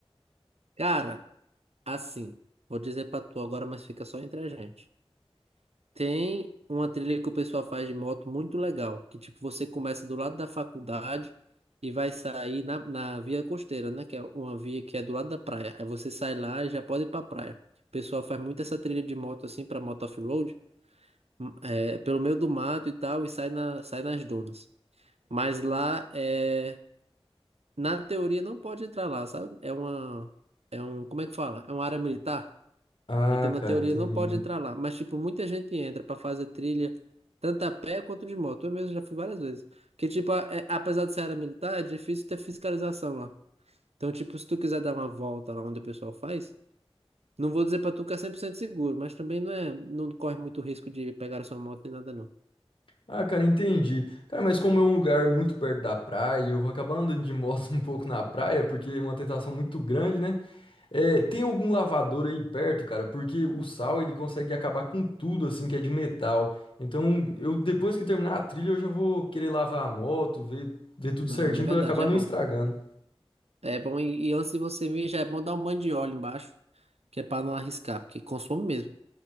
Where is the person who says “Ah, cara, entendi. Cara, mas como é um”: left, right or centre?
Left